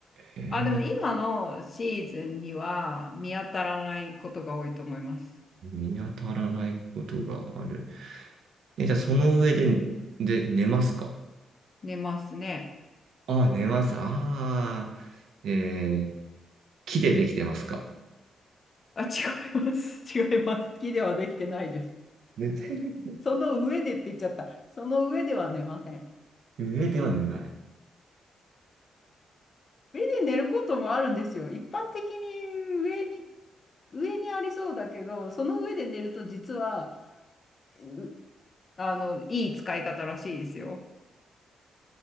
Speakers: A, on the right; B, on the left.
A: えーなんか
B: あ、でも今のシーズンには見当たらないことが多いと思います。
A: 見当たらないことがある。え、じゃあその上で、で、寝ますか
B: 寝ますね。
A: ああ、寝ます。ああ、えー、木でできてますか
B: あ、違います。違います。好きではできてないです。
A: 寝てる
B: その上でって言っちゃった。その上では寝ません。
A: 上では寝ない。
B: 上で寝ることもあるんですよ。一般的に上に、上にありそうだけど、その上で寝ると実は、うあの、いい使い方らしいですよ。